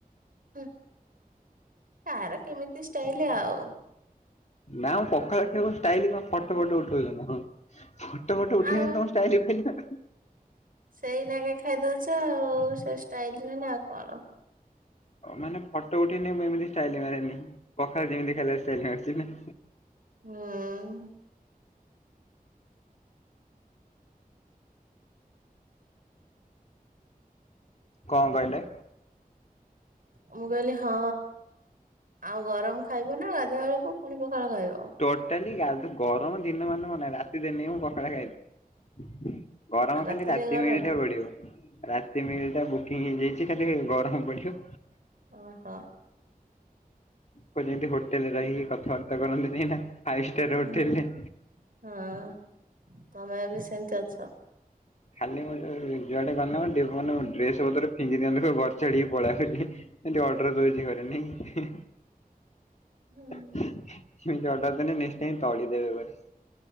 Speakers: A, on the right; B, on the left.
A: ହଁ କାହାର କେମିତି ଷ୍ଟାଇଲ ଆଉ।
B: ନା ମୁଁ ପଖାଳ ଖାଇବ ଷ୍ଟାଇଲ କ ଫଟୋ ଫଟୋ ଉଠଉଛନ୍ତି। ଫୋଟେ ଫୋଟେ ଉଠେଇନି
A: ଆଉ
B: ତମ ଷ୍ଟାଇଲ ଫ <unintelligible>
A: ସେଇନାଗେ ଖାଇଦଉଛ ଆଉ ସେ ଷ୍ଟାଇଲ ନୁ ଆଉ କଣ?
B: ମାନେ ଫଟୋ ଉଠେଇନି ମୁ ଏମିତି ଷ୍ଟାଇଲ ମାରେନି। ପଖାଳ ଯେମିତି ଖେଲେ ସେ ହଉଛି ନା
A: ହୁଁ।
B: କଣ କହିଲେ?
A: ମୁଁ କହିଲି ହଁ ଆଉ ଗରମ ଖାଇବ ନା ଗାଧା ବେଳକୁ? ଫୁଣି ପଖାଳ ଖାଇବ
B: ଟୋଟାଲି ଗାଧା ଗରମ ଦିନ ମାନେ ରାତିଦିନି ମୁଁ ପଖାଳ ଖାଇବି। ଗରମ
A: ଆଉ ରାତିରେ
B: ଖାଲି ରାତି
A: ଗରମ
B: ମିଲ୍ ଟା ପଡିବ ରାତି ମିଲ୍ ଟା ବୁ ହେଇ ଯାଇଛି ଖାଲି ଗରମ ପଡିବ।
A: ଅ ହ।
B: କୁ ଯେମିତି ହୋଟେଲରେ ରହିକି କଥାବାର୍ତ୍ତା କରନ୍ତି ନାଇଁ ଫାଇଫ୍ ଷ୍ଟାର୍
A: ହଁ
B: ହୋଟେଲରେ
A: ହଁ ତମେ ଏ ବି ସେମିତି ଅଛ।
B: ଖାଲି ମୁଁ ଯୁଆଡେ ଗଲେ ମାନେ ଡ୍ରେସ ପତ୍ର ଫିଙ୍ଗି ଦିଅନ୍ତି ସବୁ ଘର ଛାଡିକି ପଲା ବେ। ସେଠି ଅର୍ଡର ଦଉଛି ଘରେ ନାଇଁ
A: ହୁଁ
B: ଏମିତି ଅର୍ଡର୍ ଦେଲେ ନେକ୍ସଟ୍ ଟାଇମ ତଡ଼ି ଦେବେ ଘରେ।